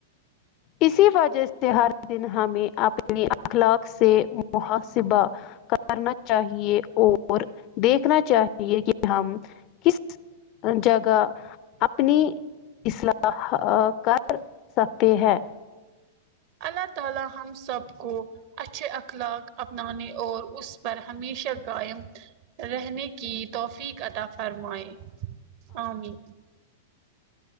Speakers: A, on the left; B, on the right.
A: اسی وجہ سے ہر دن ہمیں اپنی اخلاق سے محاسبہ کرنا چاہیے اور دیکھنا چاہیے کہ ہم کس جگہ اپنی اصلاح کر سکتے ہیں
B: اللہ تعالی ہم سب کو اچھے اخلاق اپنانے اور اس پر ہمیشہ قائم رہنے کی توفیق عطا فرمائے آمین